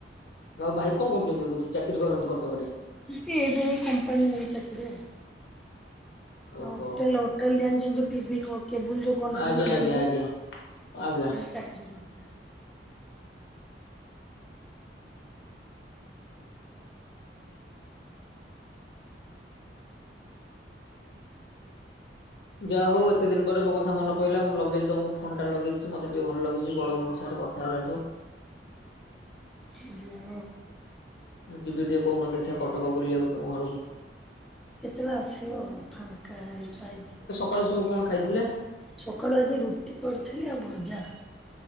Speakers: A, on the left; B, in the centre.
A: ଆଉ ଭାଇ କଣ କରୁଚନ୍ତି? ବୋଧେ ଚାକିରି କରନ୍ତି କଟକରେ।
B: ଏଇଠି ଏଇ କମ୍ପାନୀ ଚାକିରୀ ଆଉ। ହୋଟେଲ୍
A: ଓହୋ
B: ହୋଟେଲ୍ ଜାଣିଛନ୍ତି ଯୋଉ ଟିଭି କ କେବୁଲ ଯୋଉ କନେକ୍ସନ
A: ଆଜ୍ଞା ଆଜ୍ଞା
B: ଦିଅନ୍ତି।
A: ଆଜ୍ଞା ଆଜ୍ଞା।
B: ସେଇଠି ଚାକିରି କରି
A: ଯାହା ହଉ ଏତେ ଦିନି ପରେ ମୋ କଥା ମନ ପଇଲା ମୁଁ ଲଗେଇଲି ତମକୁ ଫୋନ୍ ଟା ଲଗେଇଚି ମତେ ଟିକେ ଭଲ ଲାଗୁଚି ବଡ ଭଉଣୀ ସାଙ୍ଗ ରେ କ କଥା ହେଲା ଠୁ।
B: ଯାହା ହଉ।
A: ନା ଯିବି ଟିକେ କୋଉ ଦିନ ଦେଖିଆ କଟକ ବୁଲିବାକୁ ତମ ଘରକୁ।
B: କେତେବେଳେ ଆସିବ ଆଉ ଫାଙ୍କା ହେଇ ପାଇଲେ।
A: ସକାଳୁ ସବୁ କଣ ଖାଇଥିଲେ?
B: ସକାଳୁ ଆଜି ରୁଟି କରିଥିଲି ଆଉ ଭଜା।